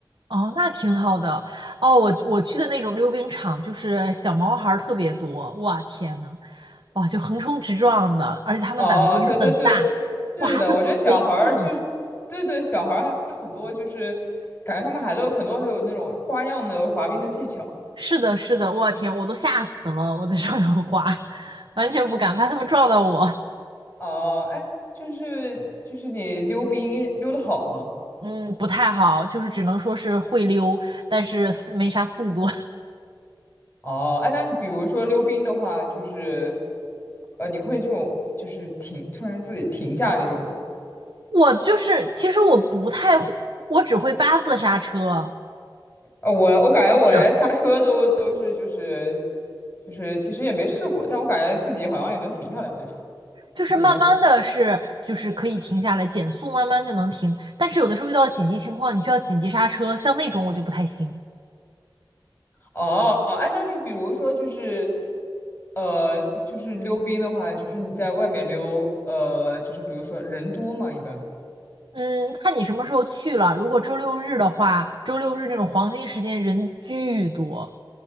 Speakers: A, on the right (about 70°); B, on the left (about 30°).
A: 哦，那挺好的。哦，我我去的那种溜冰场，就是小毛孩儿特别多，哇天呐，哇就横冲直撞的，而且他们胆子也很大，
B: 哦，对对对，是的，
A: 哇滑的贼快。
B: 我觉得小孩儿就，对对，小孩儿还很多，就是感觉他们还都很多还有那种花样的滑冰的技巧。
A: 是的，是的，我天，我都吓死了，我在上面滑，<laughs> 完全不敢，怕他们撞到我。
B: 哦，哎，就是就是你溜冰溜得好吗？
A: 嗯，不太好，就是只能说是会溜，但是速没啥速度。
B: 哦，哎，那你比如说溜冰的话，就是呃，你会这种就是停，突然自己停下那种吗？
A: <laughs> 我就是，其实我不太会，我只会八字刹车，
B: 呃，我我感觉我连刹车都都是就是
A: 是这样。
B: 就是其实也没试过，但我感觉自己好像也能停下来那种。
A: 就是慢慢的是，
B: 你呢？
A: 就是可以停下来，减速慢慢就能停。但是有的时候遇到紧急情况，你需要紧急刹车，像那种我就不太行。
B: 哦，哎，那你比如说就是，呃，就是溜冰的话，就是你在外面溜，呃，就是比如说人多嘛，一般
A: 嗯，看你什么时候去了。如果周六日的话，周六日那种黄金时间人巨多，